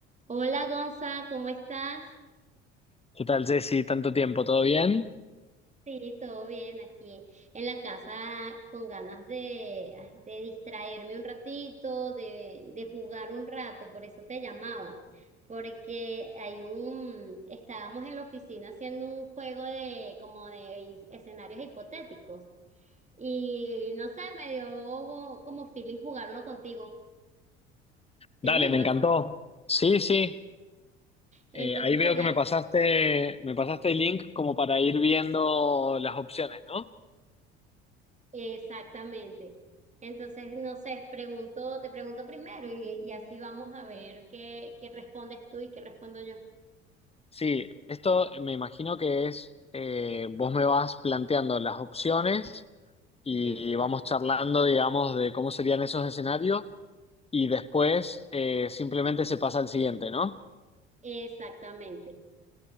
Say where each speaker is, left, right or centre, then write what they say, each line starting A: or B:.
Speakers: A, on the right (about 20°); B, on the left (about 20°).
A: Hola Gonza, ¿cómo estás?
B: ¿Qué tal, Jessy? ¿Tanto tiempo? ¿Todo bien?
A: Sí, todo bien aquí en la casa con ganas de, ay, de distraerme un ratito, de, de jugar un rato, por eso te llamaba, porque hay un, estábamos en la oficina haciendo un juego de como de escenarios hipotéticos y no sé, me dio como feeling jugarlo contigo. ¿Te
B: Dale,
A: animas?
B: me encantó. Sí, sí.
A: Entonces
B: Eh, ahí veo
A: sería
B: que me pasaste, me pasaste el link como para ir viendo las opciones, ¿no?
A: Exactamente. Entonces, no sé, pregunto, te pregunto primero y, y así vamos a ver qué, qué respondes tú y qué respondo yo.
B: Sí, esto me imagino que es, eh, vos me vas planteando las opciones y
A: Exacto,
B: vamos charlando, digamos, de cómo serían esos escenarios y después eh, simplemente se pasa al siguiente, ¿no?
A: exactamente.